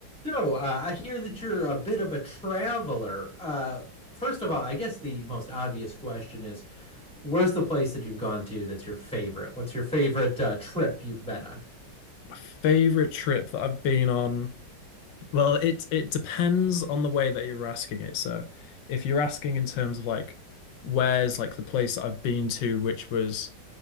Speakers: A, in the centre; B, on the left.
A: So, uh, I hear that you're a bit of a traveler. Uh, first of all, I guess the most obvious question is, where's the place that you've gone to that's your favorite? What's your favorite uh, trip you've been on?
B: My favorite trip that I've been on, well, it it depends on the way that you're asking it. So, if you're asking in terms of like where's like the place that I've been to, which was